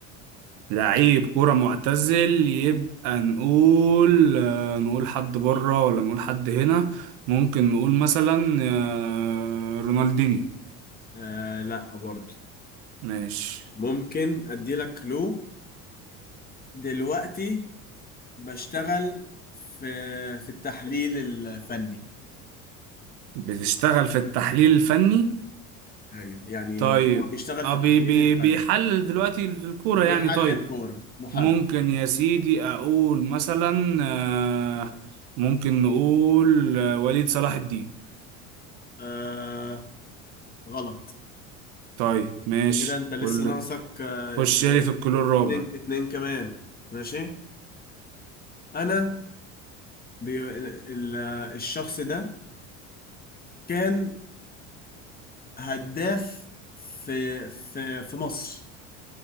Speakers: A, on the right; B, on the left.
A: لعيب كورة معتزل يبقى نقول آه، نقول حد بره ولا نقول حد هنا ممكن نقول مثلا آه، رونالدينيو
B: آه لا برضه
A: ماشي
B: ممكن أدي لك كلو دلوقتي بشتغل في في التحليل الفني
A: بتشتغل في التحليل الفني
B: أيوه يعني
A: طيب
B: هو بيشتغل
A: اه
B: في التحليل
A: بي بي
B: الفني
A: بيحلل دلوقتي في الكورة
B: بيحلل
A: يعني طيب
B: كورة محلل
A: ممكن يا سيدي اقول مثلا آه، ممكن نقول آه، وليد صلاح الدين
B: آه غلط
A: طيب ماشي
B: كده أنت لسه
A: كل
B: ناقصك آه
A: خش لي في الكلور الرابع
B: اتنين اتنين كمان ماشي أنا بي ال- الشخص ده كان هداف في في في مصر